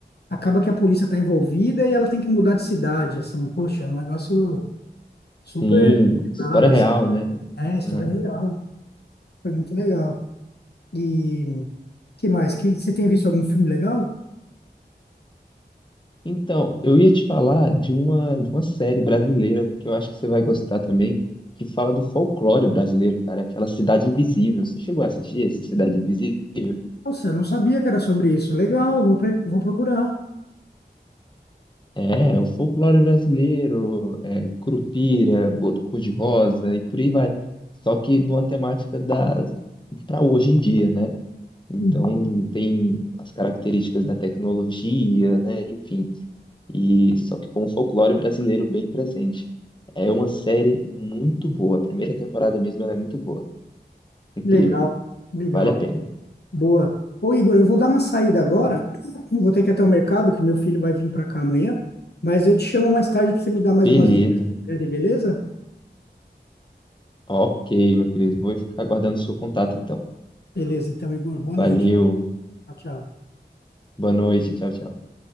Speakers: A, on the left; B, on the left.
A: acaba que a polícia está envolvida e ela tem que mudar de cidade, assim, poxa, é um negócio super
B: Sim, história
A: nada,
B: real,
A: assim,
B: né?
A: é, história
B: Uhum.
A: é real, foi muito legal. E que mais? Que, você tem visto algum filme legal?
B: Então, eu ia te falar de uma, de uma série brasileira, que eu acho que você vai gostar também, que fala do folclore brasileiro, cara, aquela Cidade Invisível. Você chegou a assistir essa Cidade Invisível?
A: Nossa, eu não sabia que era sobre isso. Legal, vou, pre- vou procurar.
B: É, é o folclore brasileiro, é, Curupira, Boto Cor-de-Rosa e por aí vai. Só que numa temática da para hoje em dia, né? Então
A: Uhum.
B: tem as características da tecnologia, né? Enfim. e só que com o folclore brasileiro bem presente. É uma série muito boa. A primeira temporada mesmo ela é muito boa. Incrível.
A: Legal, legal.
B: Vale a pena.
A: Boa. Ô, Igor, eu vou dar uma saída agora. <clears throat> Vou ter que ir até o mercado, que meu filho vai vir para cá amanhã. Mas eu te chamo mais tarde para você me dar mais
B: Beleza.
A: umas dicas. de série, Beleza?
B: Ok, meu querido. Vou ficar aguardando o seu contato então.
A: Beleza, então, Igor, boa
B: Valeu.
A: noite. Tchau, tchau.
B: Boa noite. Tchau, tchau.